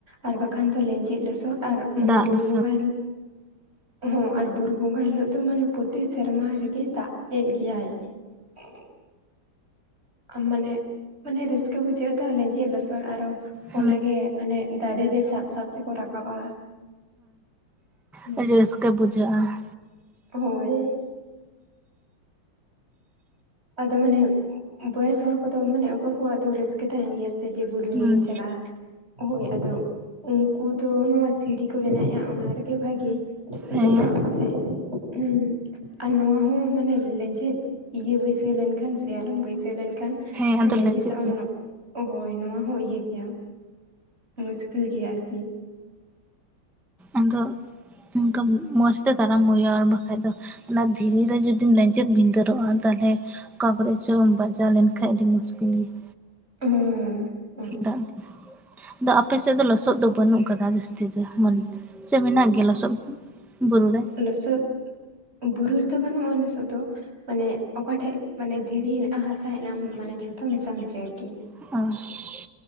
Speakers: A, on the right; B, in the centre.
A: ᱟᱨ ᱵᱟᱠᱷᱟᱱ ᱫᱚ ᱞᱮᱸᱡᱮᱫ ᱞᱚᱥᱚᱫ ᱟᱨ ᱢᱟᱱᱮ
B: ᱫᱟᱜ
A: ᱵᱩᱨᱩ
B: ᱞᱚᱥᱚᱫ
A: ᱵᱚᱸᱜᱟᱼᱼ ᱦᱚᱸ ᱟᱨ ᱵᱩᱨᱩ ᱵᱚᱸᱜᱟ ᱦᱤᱞᱟᱹᱜ ᱫᱚ ᱢᱟᱱᱮ ᱯᱚᱛᱤ ᱥᱮᱨᱢᱟ ᱨᱮᱜᱮ ᱫᱟᱜᱽ ᱮᱫ ᱜᱮᱭᱟᱭ <unintelligible> ᱟᱢ ᱢᱟᱱᱮ ᱢᱟᱱᱮ ᱨᱟᱹᱥᱠᱟᱹ ᱵᱩᱡᱷᱟᱹᱜᱼᱟ ᱛᱟᱦᱚ ᱞᱮᱸᱡᱮᱫ ᱞᱚᱥᱚᱫ ᱟᱨᱚ
B: ᱦᱩᱸ
A: ᱚᱱᱟᱜᱮ ᱦᱟᱱᱮ ᱫᱟᱨᱮ ᱨᱮ ᱥᱟᱵ ᱥᱟᱵ ᱛᱮᱠᱚ ᱨᱟᱠᱟᱵᱼᱟ ᱦᱩᱸ
B: ᱦᱳᱭ ᱨᱟᱹᱥᱠᱟᱹ ᱵᱩᱡᱷᱟᱹᱜᱼᱟ
A: ᱦᱳᱭ ᱟᱫᱚ ᱢᱟᱱᱮ ᱵᱚᱭᱮᱥ ᱦᱚᱲ ᱠᱚᱫᱚ ᱢᱟᱱᱮ ᱚᱠᱚᱭ ᱠᱚᱣᱟᱜ ᱫᱚ ᱨᱟᱹᱥᱠᱟᱹ ᱛᱟᱦᱮᱱ ᱜᱮᱭᱟ ᱥᱮ ᱡᱮ ᱵᱩᱨᱩ
B: ᱦᱩᱸ
A: ᱧᱮᱞᱤᱧ ᱪᱟᱞᱟᱜᱼᱟ ᱦᱳᱭ ᱟᱫᱚ ᱩᱱᱠᱩ ᱫᱚ ᱱᱚᱣᱟ ᱥᱤᱰᱤ ᱠᱚ ᱵᱮᱱᱟᱣᱮᱫᱼᱟ ᱚᱱᱟ ᱨᱮᱜᱮ ᱵᱷᱟᱜᱮ
B: ᱦᱮᱸ
A: ᱫᱮᱡᱚᱜ ᱠᱚ ᱪᱮ <unintelligible> ᱟᱨ ᱱᱚᱣᱟ ᱦᱚᱸ ᱢᱟᱱᱮ ᱞᱮᱸᱡᱮᱫ ᱤᱭᱟᱹ ᱵᱟᱹᱭᱥᱟᱹ <unintelligible> ᱞᱮᱱᱠᱷᱟᱱ ᱥᱮᱭᱟᱞᱚᱢ ᱵᱟᱹᱭᱥᱟᱹᱣ ᱞᱮᱱᱠᱷᱟᱱ
B: ᱦᱮᱸ ᱟᱫᱚ
A: ᱞᱮᱸᱡᱮᱫᱚᱜ
B: ᱞᱮᱸᱡᱮᱫ
A: ᱟᱢ
B: ᱫᱚ
A: ᱦᱳᱭ ᱱᱚᱣᱟ ᱦᱚᱸ ᱤᱭᱟᱹ ᱜᱮᱭᱟ ᱢᱩᱥᱠᱤᱞ ᱜᱮᱭᱟ ᱟᱨᱠᱤ
B: ᱟᱫᱚ ᱚᱱᱠᱟ ᱢᱚᱡᱽ ᱛᱮ ᱛᱟᱨᱟᱢ ᱦᱩᱭᱩᱜᱼᱟ ᱟᱨ ᱵᱟᱠᱷᱟᱡ ᱫᱚ ᱚᱱᱟ ᱫᱷᱤᱨᱤ ᱨᱮ ᱡᱩᱫᱤᱢ ᱞᱮᱸᱡᱮᱫ ᱵᱷᱤᱫᱟᱹᱲᱚᱜᱼᱟ ᱛᱟᱦᱚᱞᱮ ᱚᱠᱟ ᱠᱚᱨᱮ ᱪᱚᱢ ᱵᱟᱡᱟᱣ ᱞᱮᱱᱠᱷᱟᱱ ᱟᱹᱰᱤ ᱢᱩᱥᱠᱤᱞ ᱜᱮᱭᱟ
A: ᱦᱩᱸ <unintelligible>
B: ᱫᱟᱜ ᱫᱤᱱ ᱟᱫᱚ ᱟᱯᱮ ᱥᱮᱫ ᱫᱚ ᱞᱚᱥᱚᱫ ᱫᱚ ᱵᱟᱹᱱᱩᱜ ᱠᱟᱫᱟ ᱡᱟᱹᱥᱛᱤ ᱫᱚ ᱢᱟᱱᱮ ᱥᱮ ᱢᱮᱱᱟᱜ ᱜᱮᱭᱟ ᱞᱚᱥᱚᱫ ᱠᱚ ᱵᱩᱨᱩ ᱨᱮ
A: ᱞᱚᱥᱚᱫ ᱵᱩᱨᱩ ᱨᱮᱫᱚ ᱵᱟᱹᱱᱩᱜᱼᱟ ᱞᱚᱥᱚᱫ ᱫᱚ ᱢᱟᱱᱮ ᱚᱠᱟᱴᱷᱮᱡ ᱢᱟᱱᱮ ᱫᱷᱤᱨᱤ ᱦᱮᱱᱟᱜᱼᱟ ᱦᱟᱥᱟ ᱦᱮᱱᱟᱜᱼᱟ ᱢᱟᱱᱮ ᱡᱷᱚᱛᱚ ᱢᱮᱥᱟ ᱢᱮᱥᱤ ᱟᱨᱠᱤ
B: ᱚ <inaudible>